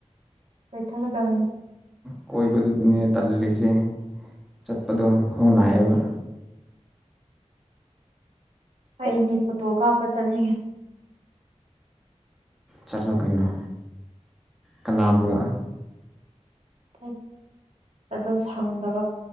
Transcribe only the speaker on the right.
ꯀꯣꯏꯊ ꯀꯗꯕꯅꯤ
ꯑꯩꯗꯤ ꯐꯣꯇꯣ ꯀꯥꯞꯄ ꯆꯠꯅꯤꯡꯉꯦ
ꯊꯠ ꯑꯗꯣ ꯁꯪꯗꯕ